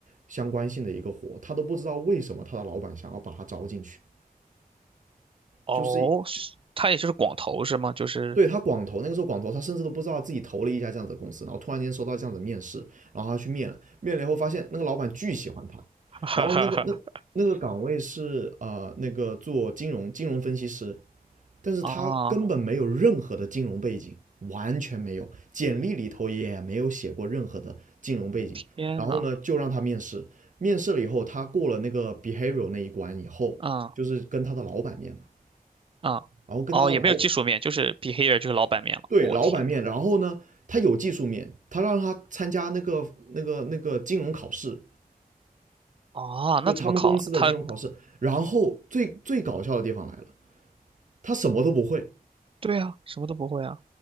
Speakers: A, on the right; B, on the right.
A: 相关性的一个活，他都不知道为什么他的老板想要把他招进去，
B: 哦，
A: 就是就
B: 是他也就是广投是吗？就是，
A: 对他广投那个时候广投他甚至都不知道自己投了一家这样子的公司，然后突然间收到这样子的面试，然后他去面了，面了以后发现那个老板巨喜欢他，
B: <laughs> 哈哈哈。
A: 然后那个那那个岗位是呃那个做金融金融分析师，但是他根本没有任何的金融背景，
B: 啊
A: 完全没有，简历里头也没有写过任何的金融背景，
B: 天呐，
A: 然后呢就让他面试，面试了以后他过了那个 behavior 那一关以后，
B: 嗯
A: 就是跟他的老板面嘛，
B: 嗯，
A: 然后跟他的老板
B: 哦，也没有技术面，就是 b e h a v i r 就是老板面了。
A: 对老板面，
B: 我、天呐，
A: 然后呢，他有技术面，他让他参加那个那个那个金融考试，
B: 哦，
A: 就他们公司的金融考试。
B: 那怎么考？他
A: 然后最最搞笑的地方来了，他什么都不会，
B: 对啊，什么都不会啊。